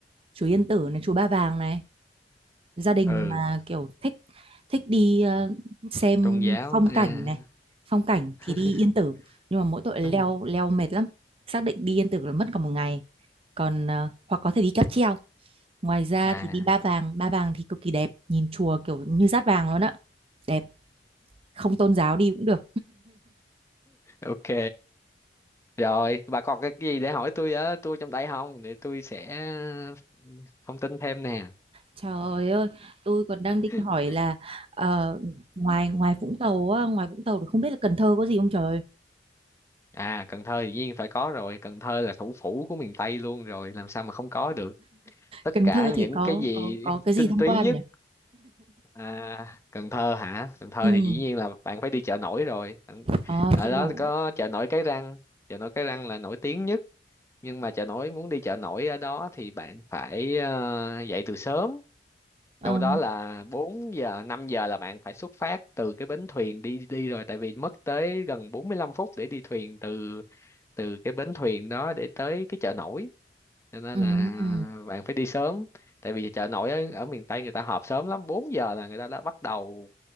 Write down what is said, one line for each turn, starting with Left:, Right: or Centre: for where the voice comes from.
Right: chùa Yên Tử này, chùa Ba Vàng này, gia đình
Left: ừ
Right: mà kiểu thích thích đi ờ, xem
Left: tôn giáo
Right: phong
Left: à.
Right: cảnh này phong cảnh
Left: <laughs>
Right: thì đi Yên Tử nhưng mà mỗi tội leo
Left: Ừ.
Right: leo mệt lắm xác định đi Yên Tử là mất cả một ngày còn ờ, hoặc có thể đi cáp treo ngoài ra
Left: à
Right: thì đi Ba Vàng Ba Vàng thì cực kỳ đẹp nhìn chùa kiểu như dát vàng luôn á đẹp không tôn giáo đi cũng được
Left: ok rồi bà còn cái gì để hỏi tôi á tôi trong tay không để tôi sẽ ừ, thông tin thêm nè
Right: Trời ơi, tôi còn đang định
Left: <laughs>
Right: hỏi là ờ, ngoài ngoài Vũng Tàu á, ngoài Vũng Tàu thì không biết là Cần Thơ có gì không trời.
Left: à Cần Thơ dĩ nhiên phải có rồi Cần Thơ là thủ phủ của miền Tây luôn rồi làm sao mà không có được tất
Right: Cần
Left: cả
Right: Thơ
Left: những
Right: thì có
Left: cái gì
Right: có có cái gì
Left: tinh
Right: tham
Left: túy
Right: quan
Left: nhất
Right: nhỉ?
Left: à Cần Thơ hả Cần Thơ
Right: Ừ.
Left: thì dĩ nhiên là bạn phải đi chợ nổi rồi Bạn-
Right: Ờ,
Left: ở
Right: chợ nổi.
Left: đó có chợ nổi Cái Răng chợ nổi Cái Răng là nổi tiếng nhất nhưng mà chợ nổi muốn đi chợ nổi ở đó thì bạn phải ờ, dậy từ sớm
Right: Ờ,
Left: đâu đó là 4 giờ 5 giờ là bạn phải xuất phát từ cái bến thuyền đi đi rồi tại vì mất tới gần 45 phút để đi thuyền từ từ cái bến thuyền đó để tới cái chợ nổi cho nên
Right: ừ,
Left: là
Right: ừ.
Left: bạn phải đi sớm tại vì chợ nổi ở, ở miền Tây người ta họp sớm lắm 4 giờ là người ta đã bắt đầu